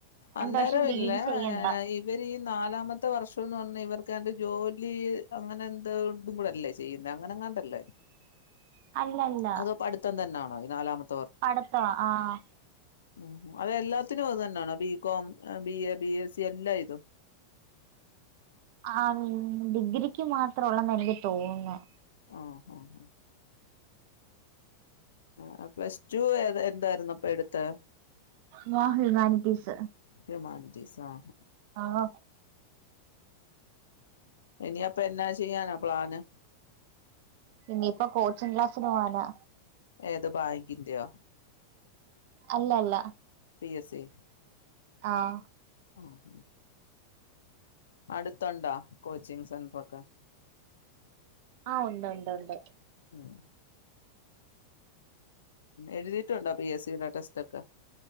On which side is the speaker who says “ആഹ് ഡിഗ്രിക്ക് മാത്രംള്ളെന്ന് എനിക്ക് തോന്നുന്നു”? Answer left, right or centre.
Right